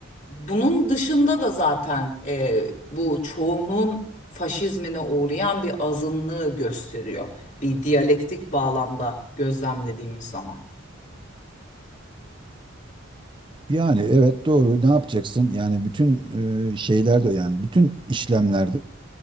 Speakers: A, on the left; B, on the right.
A: Bunun dışında da zaten e, bu çoğunluğun faşizmine uğrayan bir azınlığı gösteriyor. Bir diyalektik bağlamda gözlemlediğimiz zaman.
B: Yani evet doğru ne yapacaksın? Yani bütün e, şeylerde yani bütün işlemlerde